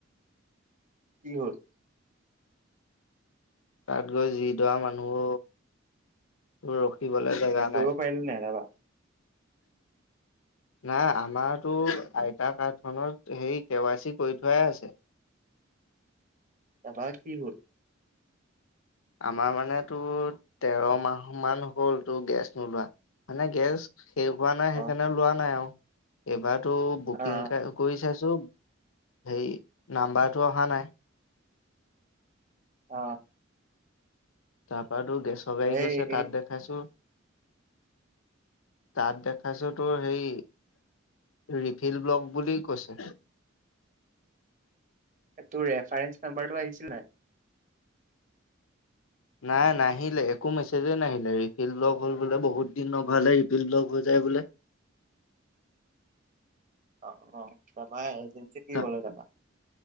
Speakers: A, on the right; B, on the left.
A: কি হল?
B: তাত গৈ যি দৰা মানুহো ৰখ ৰখি বলৈ জেগা
A: কৰিব
B: নাই।
A: পাৰিলি নাই তাৰপা
B: নাই আমাৰতো আইতা কাৰ্ডখনত সেই কে ৱাই চি কৰি থোৱাই আছে।
A: তাৰ পৰা কি হল?
B: আমাৰ মান তোৰ তেৰ মাহ মান হ'ল তোৰ গেছ নোলোৱা। মানে গেছ শেষ হোৱা নাই সেইকাৰণে
A: অ
B: লোৱা নাই আও এইবাৰতো বুকিং
A: অ
B: কৰি চাইছোঁ সেই নাম্বাৰটো অহা নাই।
A: অ
B: তাৰপা তোৰ গেছৰ গাড়ী গৈছে
A: এই
B: তাত দেখাইছো। তাত দেখাইছো তোৰ হেই ৰিফিল ব্লগ বুলি কৈছে।
A: তোৰ ৰেফাৰেন্স নাম্বৰটো আহিছিল নাই?
B: নাই নাহিলে একো মেছেজে নাহিলে, ৰিফিল ব্লক হ'ল বোলে বহুত দিন নভাল ৰিফিল ব্লক হৈ যায় বোলে।
A: অঁ অঁ তাপা এ এজেঞ্চি কি
B: ত
A: ক'লে তাপা